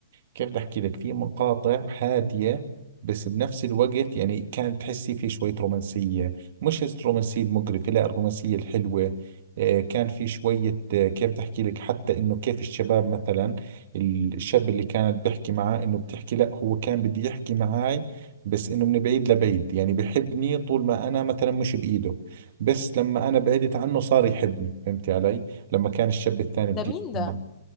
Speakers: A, on the right; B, on the left.
A: كيف بدي احكي لك في مقاطع هادية بس بنفس الوقت يعني كانت تحسي في شوية رومانسية مش الرومانسية المقرفة لا الرومانسية الحلوة آه كان في شوية آه كيف بدي احكي لك حتى انه كيف الشباب مثلا الشاب اللي كانت بحكي معاه انه بتحكي لا هو كان بدي يحكي معاي بس انه من بعيد لبعيد يعني بحبني طول ما انا مثلا مش بايده بس لما انا بعدت عنه صار يحبني فهمتي علي لما كان الشاب الثاني بده
B: ده مين
A: يتجمل
B: ده